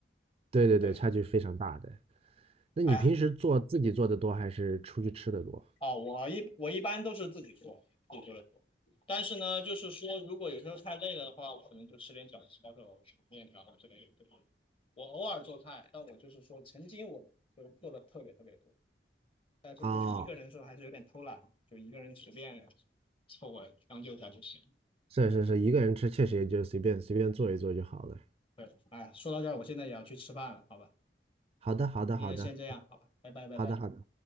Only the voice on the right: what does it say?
对对对，
差距非常大的。那你平时做自己做的多，
还是出去吃的多？
啊，
是是是，一个人吃确实也就随便随便做一做就好了。
好的，好的，
好的，
好的，好的。